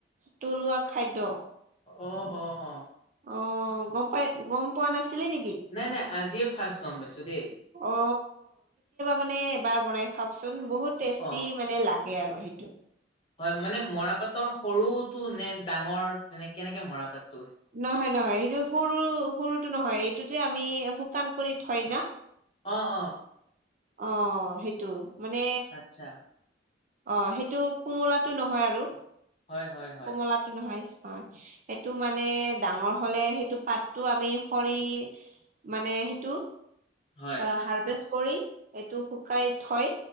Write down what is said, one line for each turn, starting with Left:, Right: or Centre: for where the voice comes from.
Right: তলুৱা খাদ্য।
Left: অ- অ- অ।
Right: অ, গম পাই গম পোৱা নাছিলি নেকি
Left: নাই নাই আজিয়ে ফাৰ্ষ্ট গম পাইছো দেই
Right: অ, মানে এবাৰ বনাই খাওকচোন বহুত টেষ্টি
Left: অ
Right: মানে লাগে আৰু সেইটো
Left: হয় মানে মৰাপাটৰ সৰুটো নে ডাঙৰ তেনে কেনেকে মৰাপাত
Right: নহয় - নহয় সেইটো সৰু- সৰুটো নহয় এইটোতে আমি শুকান কৰি থয় না।
Left: অ - অ।
Right: অ, সেইটো মানে
Left: আচ্ছা
Right: অ, সেইটো কোমোলাটো নহয় আৰু
Left: হয় হয় হয়
Right: কমলাতো নহয়। হয় সেইটো মানে ডাঙৰ হলে সেইটো পাতটো আমি সৰি মানে সহেতু
Left: হয়
Right: অ, হাৰ্ভেচ কৰি এইটো শুকাই থয়